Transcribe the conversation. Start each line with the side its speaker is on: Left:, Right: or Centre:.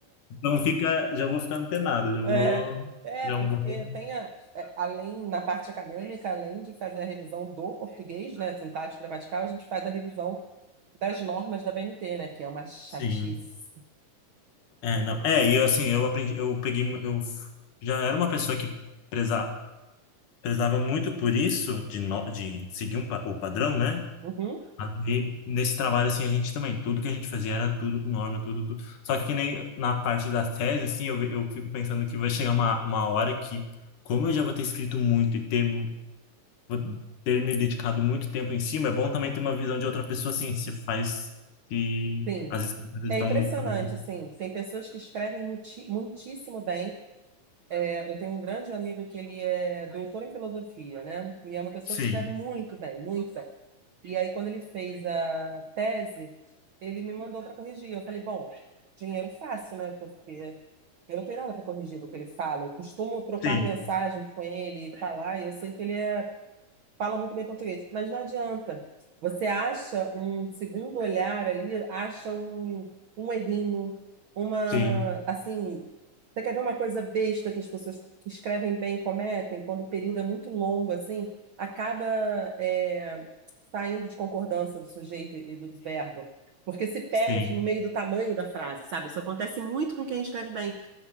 Left: Então fica, já vou ficar antenado, já
Right: É,
Left: vou,
Right: é,
Left: já
Right: porque
Left: é um bom.
Right: tem a, é, além, na parte acadêmica, além de fazer a revisão do português, né, sintático, gramatical, a gente faz a revisão das normas da BNT, né, que é uma chatice.
Left: Sim. É, não. É, e eu, assim, eu aprendi, eu peguei, mu- eu f- já era uma pessoa que preza, prezava muito por isso de no, de seguir um, pa- o padrão, né?
Right: Uhum,
Left: Mas aí, nesse trabalho, assim, a gente também, tudo que a gente fazia era tudo com norma, tudo, tudo. Só que, que nem na parte da tese, assim, eu, ve- eu fico pensando que vai chegar uma, uma hora que, como eu já vou ter escrito muito e ter, vou ter me dedicado muito tempo em cima, é bom também ter uma visão de outra pessoa, assim, se faz, se
Right: sim.
Left: as escrituras
Right: É
Left: estão
Right: impressionante,
Left: fazendo...
Right: assim, tem pessoas que escrevem muti- muitíssimo bem. É, eu tenho um grande amigo que ele é doutor em filosofia, né, e é uma pessoa
Left: Sim,
Right: que escreve muito bem, muito bem. E aí, quando ele fez a tese, ele me mandou para corrigir. Eu falei, bom, dinheiro fácil, né, porque Eu não tenho nada para corrigir do que ele fala. Eu costumo trocar
Left: sim,
Right: mensagens com ele, e falar, e eu sei que ele é- fala muito bem português, mas não adianta. Você acha um segundo olhar ali, acha um, um errinho, uma,
Left: sim,
Right: assim, você quer ver uma coisa besta que as pessoas que escrevem bem cometem, quando o período é muito longo, assim, acaba é, saindo de concordância do sujeito e do do verbo, porque se perde
Left: sim,
Right: no meio do tamanho da frase, sabe? Isso acontece muito com quem escreve bem.